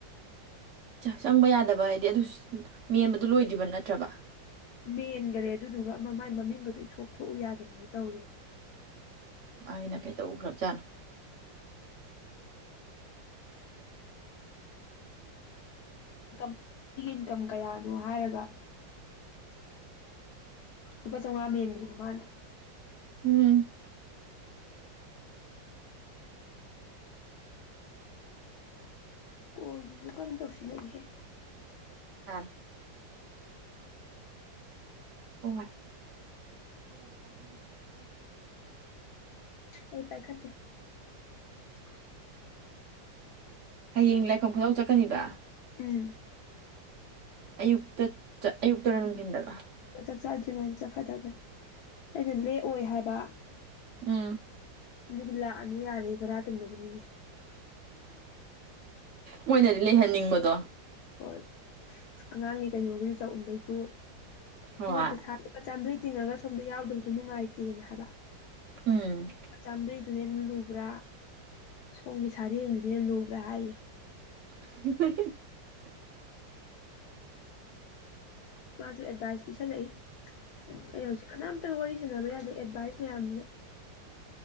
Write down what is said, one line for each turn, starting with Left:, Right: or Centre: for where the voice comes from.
Right: ꯆꯪꯕ ꯌꯥꯗꯕ ꯍꯥꯏꯗꯤ ꯑꯗꯨꯁꯨ ꯃꯦꯟꯕꯗꯨ ꯂꯣꯏꯗ꯭ꯔꯤꯕ ꯅꯠꯇ꯭ꯔꯕ
Left: ꯃꯦꯟꯈꯔꯦ ꯑꯗꯨꯗꯨꯒ ꯑꯃ ꯃꯥꯏ ꯃꯃꯤꯡꯒꯗꯣ ꯏꯊ ꯊꯣꯛꯎ ꯌꯥꯗꯕꯅ ꯇꯧꯔꯤꯕꯔꯤꯕ
Right: ꯑꯩꯅ ꯀꯩꯗꯧꯈ꯭ꯔꯕꯖꯥꯠꯅꯣ
Left: ꯝ ꯃꯤꯒꯤ ꯏꯟꯀꯝ ꯀꯌꯥꯅꯣ ꯍꯥꯏꯔꯒ ꯂꯨꯄꯥ ꯆꯥꯝꯃꯉꯥ ꯃꯦꯟꯈ꯭ꯔꯤꯕ ꯃꯥꯅ
Right: ꯎꯝ
Left: ꯁ꯭ꯨꯜꯁꯨ ꯀꯟꯅ ꯇꯧꯁꯤꯜꯂꯛꯏꯍꯦ
Right: ꯑꯥ ꯑꯣ
Left: ꯑꯩ ꯄꯥꯏꯈꯠꯇꯦ <unintelligible>
Right: ꯍꯌꯦꯡ ꯂꯥꯏꯐꯝ ꯈꯨꯗꯧ ꯆꯠꯀꯅꯤꯕ
Left: ꯎꯝ
Right: ꯑꯌꯨꯛꯇ ꯆꯠ ꯑꯌꯨꯛꯇꯔꯣ ꯅꯨꯡꯊꯤꯟꯗꯔꯣ
Left: ꯆꯥꯛ ꯆꯥꯗ꯭ꯔꯤꯉꯩꯗ ꯆꯠꯈꯗꯕꯅꯤ ꯑꯩꯅ ꯂꯦꯛꯑꯣꯏ ꯍꯥꯏꯕ
Right: ꯎꯝ
Left: ꯑꯗꯨꯗꯤ ꯂꯥꯛꯑꯅꯨ ꯌꯥꯔꯦꯕ꯭ꯔꯥ ꯇꯤꯡꯅꯕꯅꯤ
Right: ꯃꯣꯏꯅꯗꯤ ꯂꯩꯍꯟꯅꯤꯡꯕꯗꯣ
Left: ꯍꯣꯏ ꯑꯉꯥꯡꯒꯤ ꯀꯩꯅꯣꯒꯤꯁꯨ ꯆꯥꯛꯎꯝꯕꯩꯁꯨ
Right: ꯍꯣꯏ
Left: ꯄꯩꯁꯥ ꯆꯝꯕ꯭ꯔꯤ ꯇꯤꯡꯉꯒ ꯁꯣꯝꯗ ꯌꯥꯎꯗꯕꯗꯨꯣ ꯅꯨꯡꯉꯥꯏꯇꯦꯅ ꯍꯥꯏꯕ
Right: ꯎꯝ
Left: ꯆꯝꯔꯤ ꯑꯗꯨꯅ ꯍꯦ ꯂꯨꯕ꯭ꯔꯥ ꯁꯣꯝꯒꯤ ꯁꯥꯔꯦꯡꯗꯨꯅꯦ ꯂꯨꯕ꯭ꯔꯥ ꯍꯥꯏꯔꯤ
Right: <unintelligible>
Left: ꯃꯥꯁꯨ ꯑꯦꯗꯚꯥꯏꯁ ꯄꯤꯁꯜꯂꯛꯏ ꯑꯩ ꯍꯧꯖꯤꯛ ꯀꯅꯥꯝꯇꯒ ꯋꯥꯔꯤ ꯁꯥꯟꯅꯕ ꯌꯥꯗꯦ ꯑꯦꯗꯚꯥꯏꯁ ꯃꯌꯥꯝꯁꯤꯅ